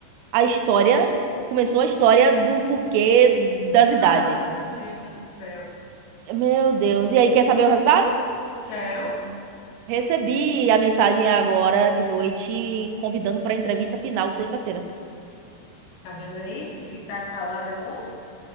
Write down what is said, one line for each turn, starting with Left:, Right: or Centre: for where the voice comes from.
Right: a história começou a história do porquê das idades.
Left: Ah, meu Deus do céu.
Right: Meu Deus. E aí, quer saber o resultado?
Left: Quero.
Right: Recebi a mensagem agora de noite convidando para a entrevista final sexta-feira.
Left: Tá vendo aí que ficar calada é bom?